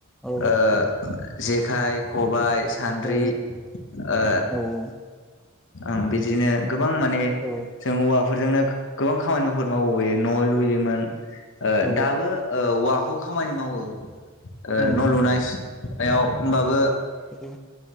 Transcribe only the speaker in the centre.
औ
औ
औ उम
औ
औ औ
उम
औ